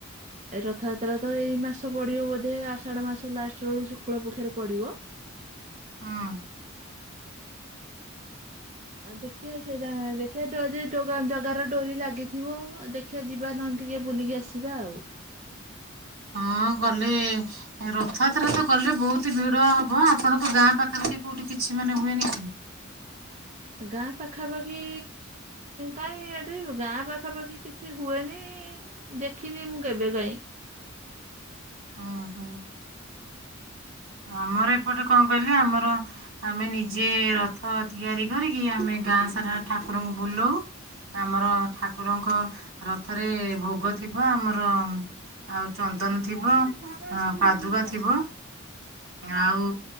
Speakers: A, on the right; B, on the right.
A: ଏ ରଥଯାତ୍ରା ତ ଏଇ ମାସ ପଡିବ ବୋଧେ ଆଷାଢ଼ ମାସ ଲାଷ୍ଟରେ ବେଳୁ ଶୁକ୍ଳ ପକ୍ଷରେ ପଡିବ।
B: ହଁ।
A: ଆଉ ଦେଖିବା ସେଇଟା ଦେଖିବା ଯଦି ଜଗା ଜଗାର ଡୋରି ଲାଗିଥିବ ଦେଖ ଖିଆ ଯିବା ନହେନେ ଟିକେ ବୁଲିକି ଆସିବା ଆଉ।
B: ହଁ ଗଲେ ରଥଯାତ୍ରା ତ କଲେ ବହୁତ ଭିଡ ହବ ଆପଣଙ୍କ ଗାଁ ପାଖପାଖି କୋଉଠି କିଛି ମାନେ ହୁଏନି କି?
A: ଗାଁ ପାଖାପାଖି କାହିଁ ଏଠି ଗାଁ ପାଖାପାଖି କିଛି ହୁଏନି। ଦେଖିନି ମୁଁ କେବେ କାଇଁ।
B: ହଁ ହଁ। ଆମର ଏପଟେ କଣ କହିଲେ ଆମର ଆମେ ନିଜେ ରଥ ତିଆରି କରିକି ଆମେ ଗାଁ ସାରା ଠାକୁରଙ୍କୁ ବୁଲାଉ। ଆମର ଠାକୁରଙ୍କ ରଥରେ ଭୋଗ ଥିବ ଆମର। ଆଉ ଚନ୍ଦନ ଥିବ ଆଁ ପାଦୁକା ଥିବ। ଆଉ